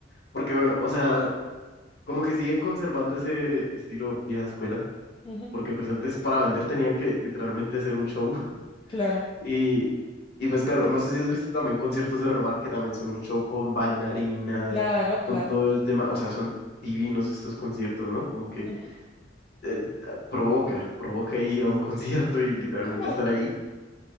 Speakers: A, on the left; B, on the left.
A: porque bueno, o sea, como que siguen conservando ese estilo vieja escuela,
B: Ujú,
A: porque pues antes para vender tenían que literalmente hacer un show. <laughs>
B: Claro,
A: Y, y pues claro, no sé si has visto también conciertos de Don Omar, que también son un show con bailarinas,
B: claro,
A: con
B: claro.
A: todo el tema, o sea, son divinos estos conciertos, ¿no? Como que
B: ujú,
A: eh, provoca, provoca ir a un concierto y literalmente
B: Claro.
A: estar ahí.